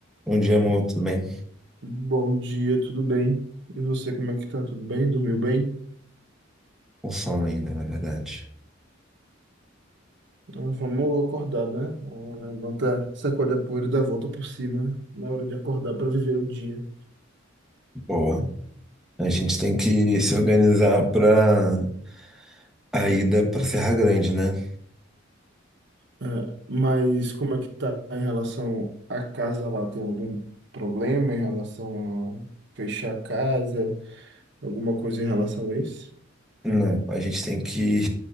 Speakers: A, in the centre; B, on the right.
A: Bom dia, amor, tudo bem?
B: Bom dia, tudo bem? E você, como é que tá? Tudo bem? Dormiu bem?
A: O sono ainda, na verdade.
B: Ah, Vamos acordar, né? Ah, Levanta, sacode a poeira e dá a volta por cima na hora de acordar para viver o dia.
A: Boa. A gente tem que se organizar para a ida para Serra Grande, né?
B: Ah, mas como é que tá em relação à casa lá? Tem algum problema em relação a fechar a casa? Alguma coisa em relação a isso?
A: Não, a gente tem que.